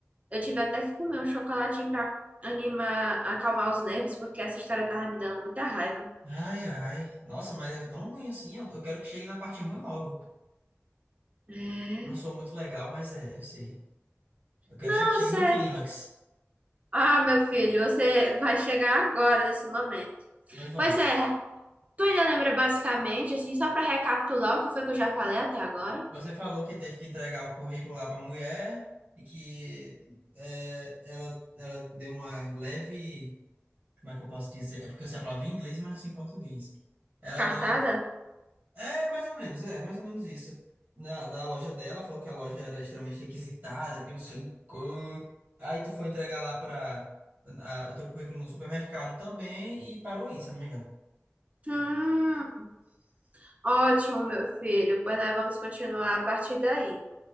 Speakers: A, on the right (about 30°); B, on the right (about 55°).
A: eu tive até que comer um chocolatinho pra animar, acalmar os nervos, porque essa história tava me dando muita raiva.
B: Ai, ai. Nossa, mas é tão ruim assim. Eu, eu quero que chegue na parte ruim logo.
A: É?
B: Não sou muito legal, mas é, eu sei. Eu quero
A: Não,
B: che- que chegue
A: você...
B: no clímax.
A: Ah, meu filho, você vai chegar agora nesse momento.
B: Mas vamos.
A: Pois é, tu ainda lembra basicamente, assim, só pra recapitular o que foi que eu já falei até agora?
B: Você falou que teve que entregar o currículo lá pra mulher e que é, ela, ela deu uma leve. Como é que eu posso dizer? É porque eu sei a palavra em inglês, mas não sei em português. Ela
A: Cartada?
B: deu. É, mais ou menos, é, mais ou menos isso. Na, da loja dela, falou que a loja era extremamente requisitada, que não sei o quê. Aí tu foi entregar lá para o teu currículo no supermercado também e parou aí, se eu não me engano.
A: Hum, ótimo, meu filho. Pois nós vamos continuar a partir daí.